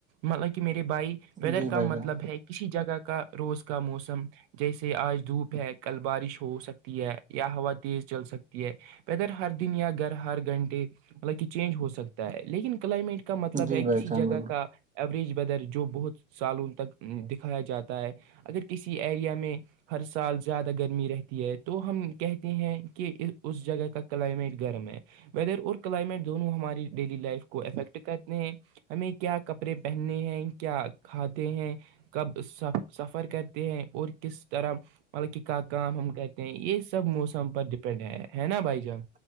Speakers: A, on the right (about 55°); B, on the right (about 20°).
A: مطلب کہ میرے بھائی ویدر
B: جی
A: کا
B: بھائی
A: مطلب
B: جان
A: ہے کسی جگہ کا روز کا موسم جیسے آج دھوپ ہے کل بارش ہو سکتی ہے یا ہوا تیز چل سکتی ہے ویدر ہر دن یا گھر ہر گھنٹے مطلب کہ چینج ہو سکتا ہے لیکن کلائمیٹ کا مطلب
B: جی
A: ہے
B: بھائی
A: کسی
B: جان
A: جگہ
B: بالکل
A: کا ایوریج بدر جو بہت سالوں تک دکھایا جاتا ہے اگر کسی ایریا میں ہر سال زیادہ گرمی رہتی ہے تو ہم کہتے ہیں کہ اس جگہ کا کلائمیٹ گرم ہے ویدر اور کلائمیٹ دونوں ہماری ڈیلی لائف کو افیکٹ کرتے ہیں ہمیں کیا کپڑے پہننے ہیں کیا کھاتے ہیں کب س سفر کر ہیں اور کس طرح مطلب کہ کا کام ہم کر <unintelligible> یہ سب موسم پر ڈیپینڈ ہے ہے نا بھائی جان